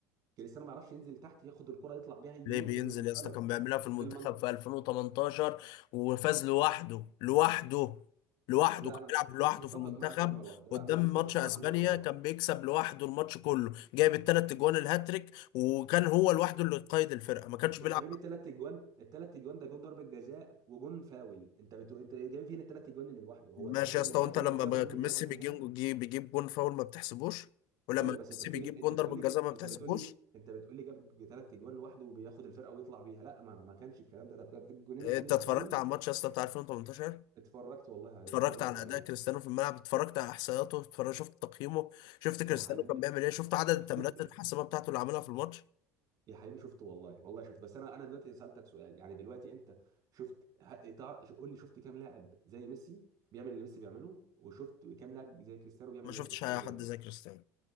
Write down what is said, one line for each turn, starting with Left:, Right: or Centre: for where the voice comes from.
Right: كريستيانو ما يعرفش ينزل تحت ياخد الكره يطلع بيها يخ-
Left: ليه بينزل
Right: من المنطقه
Left: يا اسطى
Right: للمنطقه
Left: كان بيعملها في المنتخب
Right: من المنطقة.
Left: في 2018 وفاز لوحده لوحده لوحده
Right: لا
Left: كان
Right: انا مش
Left: بيلعب
Right: مت-
Left: لوحده
Right: مش متفق
Left: في المنتخب
Right: معاك ان هو لوحده لا
Left: قدام
Right: مش مش
Left: ماتش
Right: متفق
Left: اسبانيا
Right: معاك ان هو كان لوحده
Left: كان بيكسب لوحده الماتش كله جايب الثلاث اجوان الهاتريك وكان هو لوحده اللي قائد الفرقه ما كانش
Right: يا
Left: بيلعب
Right: حبيبي الثلاث اجوان الثلاث اجوان ده جون ضربه جزاء وجون فاول انت بتقول انت جايب فين الثلاث اجوان اللي لوحده هو
Left: ماشي
Right: انت فاكر
Left: يا اسطى
Right: ان الثلاث
Left: وانت
Right: اجوان
Left: لما
Right: اللي جابهم
Left: ب-
Right: من
Left: ميسي
Right: هنا
Left: بيجيب
Right: لهنا
Left: بيجيب جون فاول ما بتحسبوش ولما
Right: ايوه بس
Left: ميسي
Right: انت بتقولي
Left: بيجيب
Right: انت
Left: جون
Right: بتقولي
Left: ضربه جزاء
Right: ج-
Left: ما بتحسبوش
Right: انت بتقولي انت بتقولي جاب ثلاث اجوان لوحده وبياخد الفرقه ويطلع بيها لا ما ما كانش الكلام ده ده كان جونين اتنين
Left: انت اتفرجت
Right: فاول
Left: على الماتش يا اسطى بتاع 2018
Right: اتفرجت والله عليه
Left: اتفرجت
Right: اتفرجت
Left: على
Right: عليه
Left: اداء كريستيانو في الملعب اتفرجت على احصائياته اتفرجت شفت تقييمه شفت كريستيانو
Right: يا حبيبي
Left: كان بيعمل ايه شفت عدد
Right: <laughs>
Left: التمريرات الحاسمه بتاعته اللي عملها في الماتش
Right: يا حبيبي شفته والله والله شفت بس انا انا دلوقتي سألتك سؤال يعني دلوقتي انت شفت ه- تع- قول لي شفت كام لاعب زي ميسي بيعمل اللي ميسي بيعمله وشفت كام لاعب زي كريستيانو بيعمل
Left: ما
Right: اللي
Left: شفتش
Right: كريستيانو
Left: حد
Right: بيعمله
Left: زي كريستيانو